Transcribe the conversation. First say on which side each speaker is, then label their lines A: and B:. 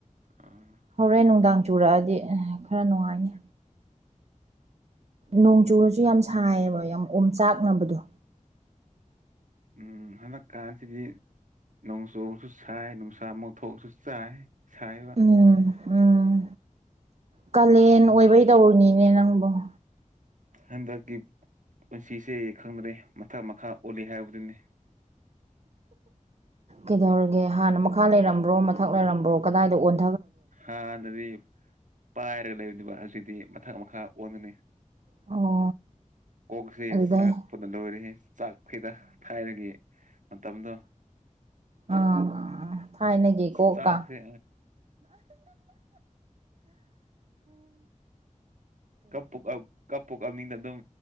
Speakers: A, on the right; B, on the right.
A: ꯑꯥ
B: ꯍꯣꯔꯦꯟ ꯅꯨꯡꯗꯥꯡ ꯆꯨꯔꯛꯑꯗꯤ ꯈꯔ ꯅꯨꯡꯉꯥꯏꯅꯤ ꯅꯣꯡ ꯆꯨꯨꯔꯁꯨ ꯌꯥꯝ ꯁꯥꯏꯌꯦꯕ ꯌꯥꯝ ꯑꯣꯝ ꯆꯥꯛꯅꯕꯗꯣ
A: ꯎꯝ ꯍꯟꯗꯛꯀꯥꯟꯁꯤꯗꯤ ꯅꯣꯡꯖꯨꯁꯨ ꯁꯥꯏ ꯅꯨꯡꯁꯥ ꯑꯃꯛ ꯊꯣꯛꯣꯛꯑꯁꯨ ꯆꯥꯏ ꯁꯥꯏꯌ‌ꯦꯕ
B: ꯎꯝ ꯎꯝ ꯀꯥꯂꯦꯟ ꯑꯣꯏꯕꯩ ꯇꯧꯔꯤꯅꯤꯅꯦ ꯅꯪꯕꯨꯣ
A: ꯍꯟꯗꯛꯀꯤ ꯄꯨꯟꯁꯤꯁꯦ ꯈꯪꯗ꯭ꯔꯦ ꯃꯊꯛ ꯃꯈꯥ ꯑꯣꯜꯂꯤ ꯍꯥꯏꯕꯗꯨꯅꯤ
B: ꯀꯩꯗꯧꯔꯒꯦ ꯍꯥꯟꯅ ꯃꯈꯥ ꯂꯩꯔꯝꯕ꯭ꯔꯣ ꯃꯊꯛ ꯂꯩꯔꯝꯕ꯭ꯔꯣ ꯀꯗꯥꯏꯗ ꯑꯣꯟ
A: ꯍꯥꯟꯅꯗꯤ ꯄꯥꯏꯔꯒ ꯂꯩꯕꯅꯦꯕ ꯍꯧꯖꯤꯗꯤ ꯃꯊꯛ ꯃꯈꯥ ꯑꯣꯟꯒꯅꯤ
B: ꯑꯣ
A: ꯀꯣꯛꯁꯤ
B: ꯑꯗꯨꯗꯩ
A: ꯆꯥꯛꯄꯗ ꯂꯣꯏꯔꯦꯍ‌ꯦ ꯆꯥꯛ ꯈꯔ‌ꯦꯗ ꯍꯥꯏꯔꯒꯤ ꯃꯇꯝꯗ‌ꯣ
B: ꯑ ꯊꯥꯏꯅꯒꯤ ꯀꯣꯛ
A: ꯆꯥꯈ꯭ꯔꯦ
B: ꯀ <inaudible>
A: ꯀꯞꯄꯨ ꯀꯞ ꯀꯞꯄꯨ ꯀꯞꯅꯤꯡꯗ ꯑꯗꯨꯝ